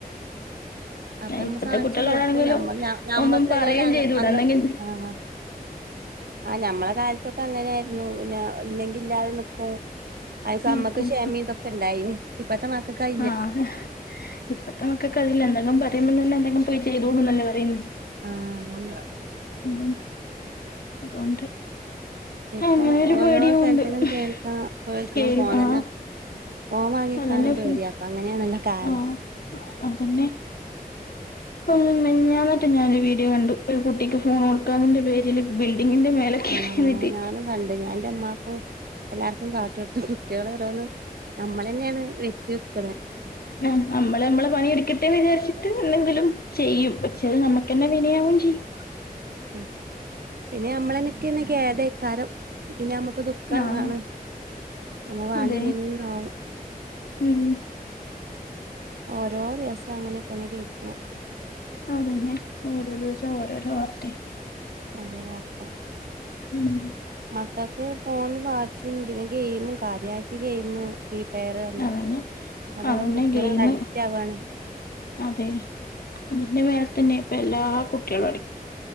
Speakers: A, on the right; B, on the left.
A: അപ്പൊ ഞമ്മള്
B: ഇപ്പത്തെ
A: സാധിച്ചു
B: കുട്ടികളോടാണെങ്കിലും
A: കൊടുക്കു ഞമ്മള് ഞ ഞമ്മക്ക്
B: ഒന്നും പറയേം
A: <unintelligible> അങ്ങ്
B: ചെയ്തൂടാ
A: അന്ന്
B: എന്നെങ്കിൽ
A: ആഹ് ആഹ് ഞമ്മളെ കാലത്തൊക്ക അങ്ങനെയാരുന്നു പിന്നാ ഇല്ലെങ്കി ഇല്ലാതെ നിക്കും അയ്ക്ക്
B: നിക്കും
A: അമ്മക്ക് ക്ഷമേം ഇതൊക്ക ഇണ്ടായിനി ഇപ്പത്തെ മക്കക്കയി
B: ആഹ്‌ ഇപ്പത്തെ മക്കക്ക് അതില്ലാ എന്തെങ്കും പറയുമ്പം തന്ന എന്തെങ്കും പോയി ചെയ്തൂടുന്നല്ലേ പറയ്ന്ന്
A: ആഹ്‌ അതന്നെ
B: ഉം അതുകൊണ്ട്
A: ഇപ്പം
B: അങ്ങനെ ഒരു
A: ഓരോ
B: പേടിയും
A: സ്ഥലത്തിലും
B: ഉണ്ട്
A: കേൾക്കണം കേൾക്കണ്
B: സ്കെയിൽ
A: ഫോൺ
B: ആഹ്
A: തന്നാ ഫോൺ വാങ്ങിയെക്കാനും
B: അതന്നെ
A: പേടിയാ
B: ഫുൾ
A: ഇപ്പം അങ്ങനെയാണല്ലോ കാലം
B: ആഹ് അതന്നെ ഓ മിൻഞാന്നേറ്റെ ഞാനൊരു വീഡിയോ കണ്ടു ഒരു കുട്ടിക്ക് ഫോണ് കൊടുക്കാതിന്റെ പേരില് ബിൽഡിങ്ങിന്റെ മേലെ കേറിന്നിട്ട്
A: ആഹ്‌ ഞാനും കണ്ട് ഞാന്റെ മ്മാക്കും എല്ലാർക്കും കാട്ടിട്ത്തു. ട്ട്യാള് ഓരോന്ന് ഞമ്മളന്നേണ് വേര്തി വെക്ക്ണ്
B: ആഹ്‌, അമ്മള് അമ്മളെ പണിയെടുക്കട്ടേന്ന് വിചാരിച്ചിട്ട് എന്തെങ്കിലും ചെയ്യും പക്ഷെ അത് ന്നമ്മക്കന്നെ വിനയാവും ചെയ്യും.
A: ഉം, പിന്നെ അമ്മളന്നെക്കെന്നേ കേതേയ്ക്കാരം പിന്നെ അമ്മക്ക് ദു ഖാണ്
B: ആഹ്
A: നമ്മ വാണ്ടില്ലേനീന്നാവും
B: അതെ ഉം
A: ഓരോ ദിവസം അങ്ങനെ തന്നെ കേയ്ക്ക്ണ്.
B: അതന്നെ ഓരോ ദിവസം ഓരോരോ വാർത്തെ.
A: ഓരോ വാർത്ത
B: ഉം
A: മക്കക്ക് ഫോൺ വാ ഷും പിന്നെ ഗെയിമും കാര്യായിട്ട് ഗെയിമ് ഇ പേറാണ്
B: അതന്നെ
A: അതോണ്ടക്ക
B: അതന്നെ
A: കുട്ട്യാള്
B: ഗെയിമ്
A: അഡിക്റ്റ് ആവ് ആണ്.
B: അതെ അതിന്റെ മേലെ തന്നെ ഇപ്പ എല്ലാ കുട്ട്യാളും അഡി